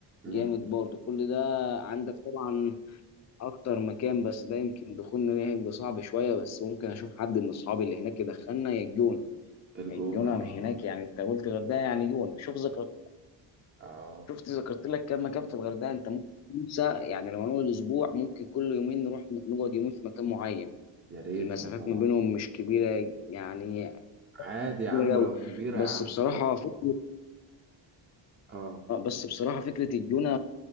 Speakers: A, on the right; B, on the left.
A: امم
B: جامد برضه كل ده عندك طبعا اكتر مكان بس ده يمكن دخولنا ليه هيبقى صعب شويه بس ممكن اشوف حد من اصحابي اللي هناك يدخلنا يا الجونه
A: الجونة
B: الجونر
A: اه
B: هناك يعني انت قلت الغردقه يعني جونه شوف ذكرت
A: اه
B: شفت ذكرت لك كم مكان في الغردقه انت ممكن تنسى يعني لو نقول اسبوع ممكن كل يومين نروح نقعد يومين في مكان معين
A: يا ريت
B: المسافات
A: والله العظيم
B: ما بينهم مش كبيره يعني
A: عادي يا
B: كبيره
A: عم
B: قوي
A: لو كبيرة
B: بس
A: يا عم
B: بصراحه فكره
A: اه
B: اه، بس بصراحه فكره الجونه